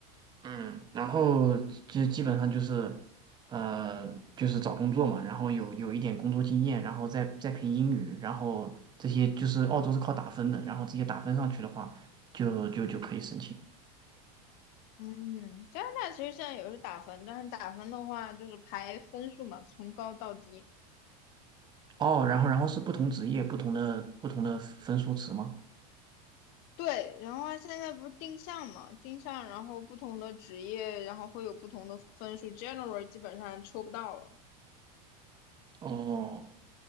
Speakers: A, on the right (about 20°); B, on the left (about 50°).
A: 嗯，然后就基本上就是，呃，就是找工作嘛，然后有有一点工作经验，然后再再凭英语，然后这些就是澳洲是靠打分的，然后直接打分上去的话，就就就可以申请。
B: 嗯，加拿大其实现在也是打分，但是打分的话就是排分数嘛，从高到低。
A: 哦，然后然后是不同职业不同的不同的分数值吗？
B: 对，然后它现在不是定向嘛，定向，然后不同的职业，然后会有不同的分数。General 基本上抽不到了。
A: 哦，